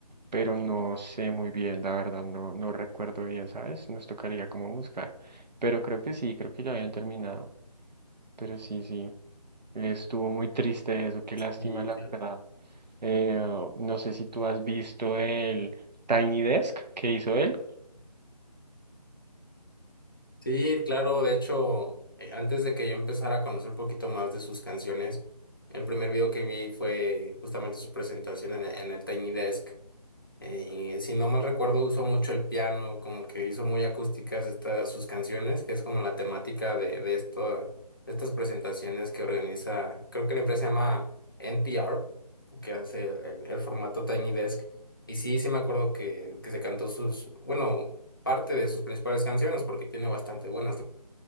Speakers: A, on the right (about 85°); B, on the left (about 30°).
A: pero no sé muy bien, la verdad, no, no recuerdo bien, ¿sabes? Nos tocaría como buscar, pero creo que sí, creo que ya habían terminado, pero sí, sí, estuvo muy triste eso, qué lástima,
B: Y
A: la verdad. Eh, no sé si tú has visto el Tiny Desk que hizo él.
B: Sí, claro, de hecho, eh, antes de que yo empezara a conocer un poquito más de sus canciones, el primer video que vi fue justamente su presentación en, en el Tiny Desk eh, y si no mal recuerdo, usó mucho el piano, como que hizo muy acústicas estas sus canciones, que es como la temática de, de esto, de estas presentaciones que organiza, creo que la empresa se llama NPR, que hace el, el- el formato Tiny Desk. Y sí, sí me acuerdo que, que se cantó sus, bueno, parte de sus principales canciones, porque tiene bastante buenas,